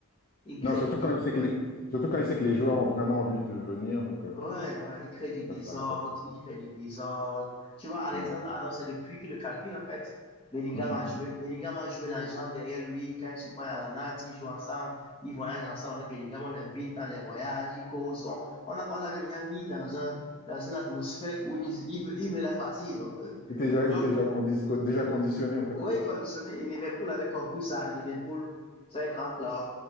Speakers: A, on the left (about 25°); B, on the left (about 40°).
A: Il crée
B: Non, surtout
A: l'idée.
B: quand il
A: Il,
B: sait que les, surtout quand il sait que les joueurs ont vraiment envie de venir, donc euh,
A: Ouais, ouais, il crée du désordre,
B: ça se passe pas la tête.
A: il fait du désordre. Tu vois, Alexandre
B: Mm,
A: Arnold, c'est depuis qu'il le calcule, en fait. Bellingham
B: mm, mm,
A: a joué,
B: mm.
A: Bellingham a joué l'agent derrière lui quand il se croit à la natte, ils jouent ensemble, ils voyagent ensemble avec Bellingham, on l'invite dans les voyages, ils causent. On, on, a- on avait déjà mis dans un, dans une atmosphère où il, il, veut- il veut la partie. Donc, euh,
B: Il est déjà,
A: le club,
B: il est déjà, condi- co- déjà conditionné en fait.
A: oui, conditionné. Et Liverpool avait compris ça. Liverpool, c'est un grand club.